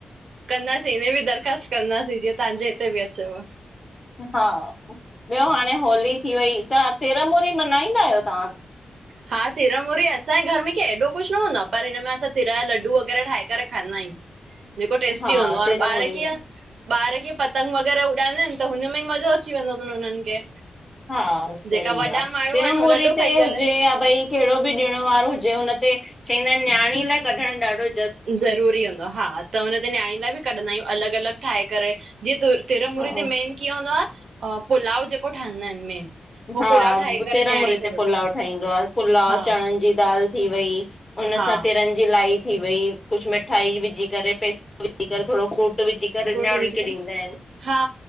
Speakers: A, on the right; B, on the left.
A: कंदासीं इने बि दरख़्वास्त कंदासीं, जीअं तव्हांजे हिते बि अचेव।
B: हा, ॿियो हाणे होली थी वई, त तिरमूरी मना ईंदा आहियो तां?
A: हा, तिरमूरी असांजे घर में की एॾो कुझु न हूंदो आ, पर हिन में असां तिर लड्डू वग़ैरह ठाहे करे खाईंदा आहियूं।
B: <inaudible>
A: ॼेको टेस्टी
B: हा
A: हूंदो आ,
B: तिरमूरी
A: और ॿार
B: मल्हाईंदा
A: कीअं ॿार कीअं पतंग वग़ैरह उॾाईंदा आहिनि त हुनमें ई मज़ो अची वेंदो तन हुननि खे।
B: हा, सही
A: जेका वॾा
B: आ,
A: माण्हू
B: तिरमुरी
A: आहिनि हो लॾो
B: ते
A: खाई
B: हुजे
A: करे
B: या भई कहिड़ो बि ॾिण वार हुजे हुन ते, चईंदा आहिनि नियाणी लाइ कढण ॾाढो
A: ज़रूरी हूंदो आ, हा। त हुन ते नियाणी लाइ बि कढंदा आहियूं, अलॻि अलॻि ठाहे करे जीअं त तिरमूरी
B: हा
A: ते मेन कीअं हूंदो आ, पुलाव ॼेको ठहींदा आहिनि मेन। हो
B: हा,
A: पुलाव ठाहे करे
B: तिरमूरीे
A: न्याणी खे
B: ते
A: ॾिबो
B: पुलाव
A: आहे
B: ठाहींदो आ पुलाव
A: हा
B: चणनि जी दाल थी वई। हुन
A: हा
B: सां तिरं जी लाई थी वई, कुझु मिठाई विझी करे, पैसा विझी करे, थोरो फ्रूट विझी करे
A: फ्रूट
B: न्याणी
A: विझंदम
B: खे ॾींदा आहिनि
A: हा।